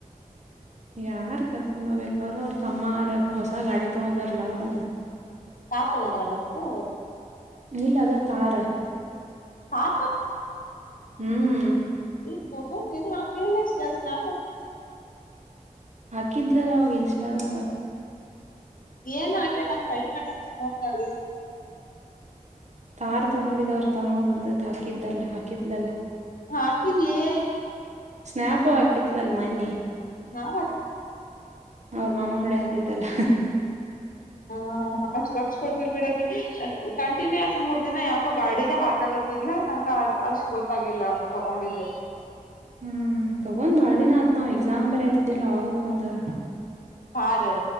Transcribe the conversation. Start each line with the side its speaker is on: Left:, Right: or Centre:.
Right: ಯಾರ್ ಕರ್ಕೊಂಡ್ ಹೋಗ್ಬೇಕ ಅವ್ರ ಅವ್ರ ತಮ್ಮ ಹೊಸ ಗಾಡಿ ತಗೊಂಡಾರಲ ಅವ್ರ
Left: ಪಾಪಗಂ <unintelligible>
Right: ನೀಲ್ಲ ಅದ ತಾರ
Left: ಪಾಪ
Right: ಹ್ಮ್
Left: ಈ ಫೋಟೋಸ್ ಏನೂ ಹಾಕೆ ಇಲ್ಲ <unintelligible>
Right: ಹಾಕಿದ್ಲಲ್ಲ ಅವಾಗ ಇನ್ಸ್ಟಾದಾಗ.
Left: ಏನೂ ಹಾಕಿಲ್ ನೋಡ್ <unintelligible>
Right: ತಾರ್ ತಗೊಂಡಿದವರ್ ತಮ್ಮ ಹೊಡದದ್ ಹಾಕಿದ್ದಲ್ಲ ಹಾಕಿದ್ಲಲ್ಲಾ.
Left: ಹು ಹಾಕಿಲ್ಲಯೇ.
Right: ಸ್ನ್ಯಾಪು ಹಾಕಿತ್ಲಲ್ ಮನ್ನಿ.
Left: ನಾವ
Right: ಅವ್ರ್ ಮಾಮ ಹೊಳೆ ಆತಿದ್ದಲ್ಲ.
Left: ಹಾ ಅಷ್ಟ್ ಲಕ್ಷ ಕೊಡ್ತಿಲ್ ಬಿಡಕಿ, ಕಂಟಿನ್ಯೂಸ್ ಮೂರ್ ದಿನ ಯಾಕೋ ಗಾಡಿದ ಹಾಕಾಗತ್ತ. ಇಲ್ಲ ನಂಗ ಅಷ್ಟ್ ಗೊತ್ತಾಗಿಲ್ಲ ತಗೊಂಡಿದ್ದೆ.
Right: ಹ್ಮ್ ತಗೊಂದ್ ಬಾಳ ದಿನ ಆತ್ ನಾವ್ ಎಕ್ಸಾಮ್ ಬರೆತಿದ್ಯವಲ್ಲ ಅವಾಗ ತಗೊಂದಾರ.
Left: ತಾರ್.